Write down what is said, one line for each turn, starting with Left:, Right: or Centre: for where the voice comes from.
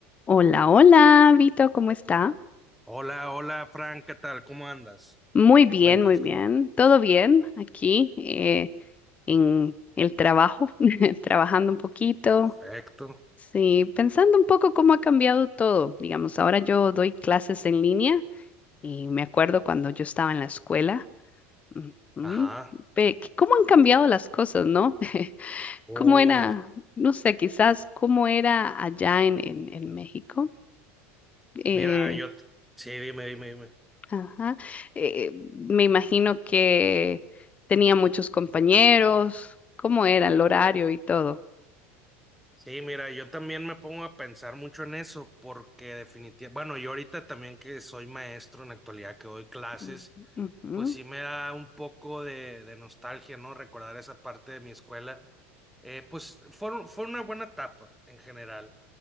Left: Hola, hola, Vito, ¿cómo está?
Centre: Hola, hola, Frank, ¿qué tal? ¿Cómo andas?
Left: Muy
Centre: ¿Qué
Left: bien,
Centre: cuentas?
Left: muy bien. ¿Todo bien aquí eh, en el trabajo? <laughs> Trabajando un poquito.
Centre: Perfecto.
Left: Sí, pensando un poco cómo ha cambiado todo. Digamos, ahora yo doy clases en línea y me acuerdo cuando yo estaba en la escuela. Ujú.
Centre: Ajá.
Left: Ve que- ¿Cómo han cambiado las cosas, no? <laughs>
Centre: Uf,
Left: ¿Cómo era, no sé, quizás cómo era allá en, en, en México? Eh,
Centre: mira, yo, t- sí, dime, dime, dime.
Left: Ajá. Eh, me imagino que tenía muchos compañeros. ¿Cómo era el horario y todo?
Centre: Sí, mira, yo también me pongo a pensar mucho en eso porque definitivamente, bueno, yo ahorita también que soy maestro en la actualidad, que doy clases,
Left: Mm, ujú,
Centre: pues sí me da un poco de, de nostalgia, ¿no? Recordar esa parte de mi escuela. Eh, pues fue, fue una buena etapa en general.